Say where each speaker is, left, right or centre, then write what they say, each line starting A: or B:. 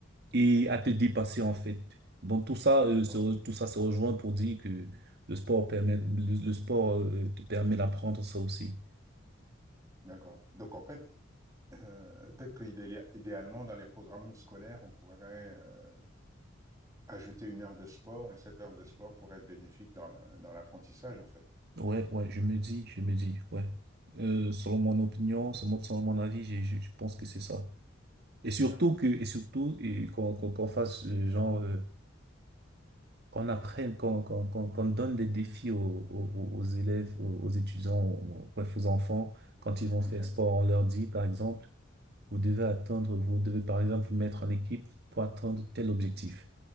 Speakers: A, on the right; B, on the right.
A: et à te dépasser, en fait. Donc, tout ça, euh,
B: d'accord,
A: se re- tout ça se rejoint pour dire que le sport permet, le, le sport, euh, te permet d'apprendre ça aussi.
B: d'accord. Donc, en fait, euh, peut-être qu'idéalement, dans les programmes scolaires, on pourrait euh, Ajouter une heure de sport et cette heure de sport pourrait être bénéfique dans la- dans l'apprentissage, en fait.
A: Ouais, ouais, je me dis, je me dis, ouais. Euh, selon mon opinion, selon mon selon mon avis, je, je je pense que c'est ça. Et surtout
B: D'accord.
A: que, et surtout euh, qu'on qu'on qu'on fasse euh, genre euh, qu'on apprenne, qu'on qu'on qu'on qu'on donne des défis aux, aux, aux élèves, aux, aux étudiants, aux, bref aux enfants quand ils vont
B: OK.
A: faire sport. On leur dit par exemple, vous devez atteindre, vous devez par exemple vous mettre en équipe pour atteindre tel objectif.